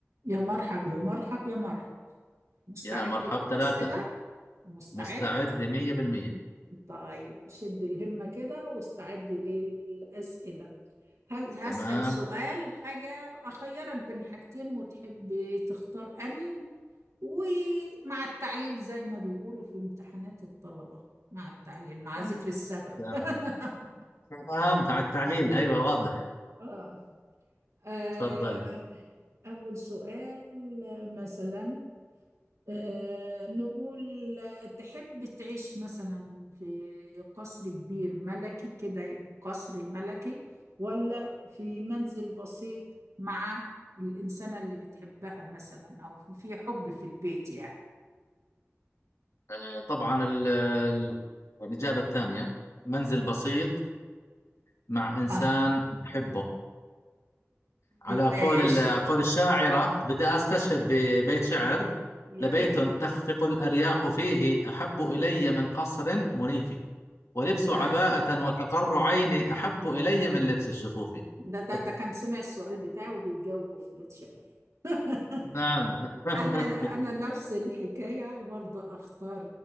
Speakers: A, on the right; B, on the left.
A: يا مرحب يا مرحب يا مرحب مستعد
B: يا مرحب
A: للأسئلة
B: ثلاثة
A: مستعد
B: مستعد 100%
A: طيب شد الهمة كده واستعد للأسئلة هل هسأل
B: تمام
A: سؤال حاجة أخيرك بين حاجتين وتحب تختار أني ومع التعليل زي ما بيقولوا في امتحانات الطلبة مع التعليل مع
B: تمام
A: ذكر السبب
B: تمام
A: <laughs>
B: تمام. مع التعليل أيوة واضح
A: آه. آه.
B: تفضلي
A: أول سؤال مثلا آه، نقول آه، تحب تعيش مثلا في قصر كبير ملكي كده يبقى قصر ملكي ولا في منزل بسيط مع الإنسانة اللي بتحبها مثلا أو في في حب في البيت يعني
B: آه، طبعا ال- ال- الإجابة الثانية منزل بسيط مع إنسان
A: آه
B: بحبه على قول
A: ماشي
B: ال- قول الشاعرة بدي أستشهد ببيت شعر
A: يا
B: لبيت
A: ريت
B: تخفق الأرياح فيه أحب إلي من قصر منيف ولبس عباءة
A: آه، أنا
B: وتقر عيني أحب إلي من لبس الشفوف <laughs>
A: ده ده ده كان سمع السؤال بتاعه وبيجاوبه في بيت شعر <laughs>
B: نعم <laughs>
A: أنا أنا نفس الحكاية برضه أختار